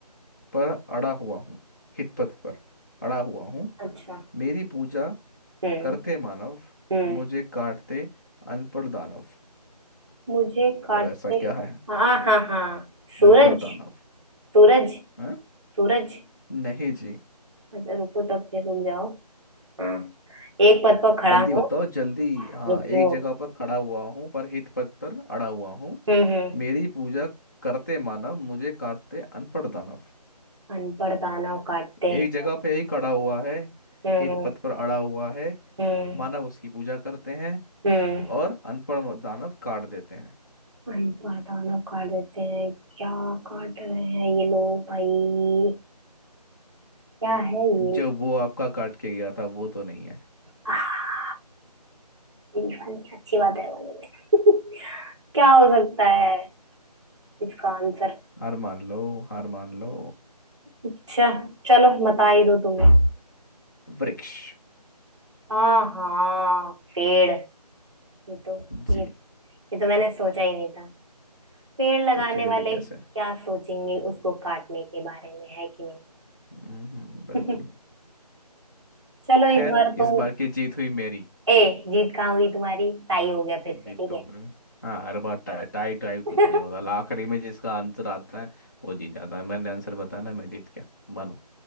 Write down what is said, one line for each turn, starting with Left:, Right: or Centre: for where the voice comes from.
Left: पर अड़ा हुआ हूँ हित पथ पर अड़ा हुआ हूँ
Right: अच्छा
Left: मेरी पूजा
Right: हम्म
Left: करते मानव
Right: हम्म
Left: मुझे काटते अनपढ़ दानव
Right: मुझे काटते
Left: अब ऐसा क्या है
Right: हाँ हाँ हाँ सूरज
Left: अनपढ़ दानव
Right: सूरज
Left: हैं
Right: सूरज
Left: नहीं जी
Right: अच्छा रुको तब फिर रुक जाओ हाँ एक पद पर खड़ा
Left: जल्दी
Right: हूँ
Left: बताओ जल्दी हाँ
Right: रुको
Left: एक जगह पर खड़ा हुआ हूँ पर हित पथ पर अड़ा हुआ हूँ
Right: हम्म हम्म
Left: मेरी पूजा करते मानव मुझे काटते अनपढ़ दानव
Right: अनपढ़ दानव काटते हैं
Left: एक जगह पे ही खड़ा हुआ है
Right: हम्म
Left: हित पथ पर अड़ा हुआ है
Right: हम्म
Left: मानव उसकी पूजा करते हैं
Right: हम्म
Left: और अनपढ़ दानव काट देते हैं
Right: अनपढ़ दानव काट देते हैं क्या काट रहे हैं ये लोग भाई क्या है ये
Left: जो वो आपका काट के गया था वो तो नहीं है
Right: <laughs> आह, ये वाली अच्छी बात है वाली <laughs> क्या हो सकता है इसका आंसर
Left: हार मान लो हार मान लो
Right: अच्छा चलो बता ही दो तुम्हें
Left: वृक्ष
Right: हाँ हाँ पेड़ ये तो
Left: जी
Right: ये ये तो मैंने सोचा ही नहीं था पेड़ लगाने
Left: सोचोगे
Right: वाले
Left: भी कैसे
Right: क्या सोचेंगे उसको काटने के बारे में है कि नहीं
Left: हम्म बिल्कुल
Right: <laughs> चलो
Left: खैर
Right: इस बार तो
Left: इस बार की जीत हुई मेरी
Right: ए जीत कहाँ हुई तुम्हारी टाई हो गया फिर से
Left: जीत
Right: ठीक
Left: तो
Right: है
Left: हुई। हाँ हर बार टाई टाई टाई कुछ
Right: <laughs>
Left: नहीं होता आखिरी में जिसका आंसर आता है वो जीत जाता है मैंने आंसर बताया ना मैं जीत गया मानो